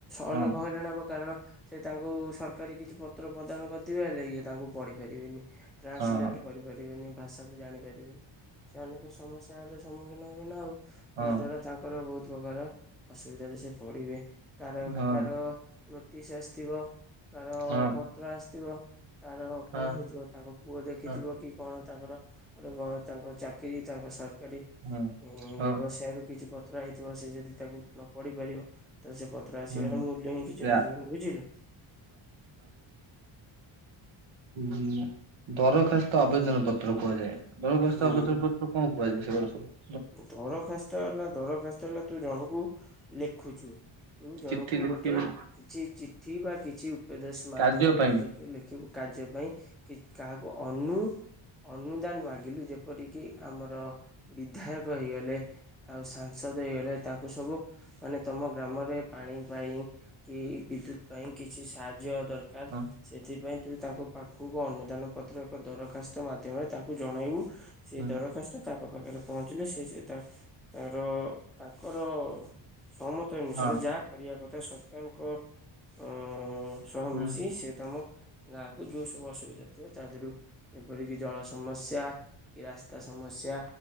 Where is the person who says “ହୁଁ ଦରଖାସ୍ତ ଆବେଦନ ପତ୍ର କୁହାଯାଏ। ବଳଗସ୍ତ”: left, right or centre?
Right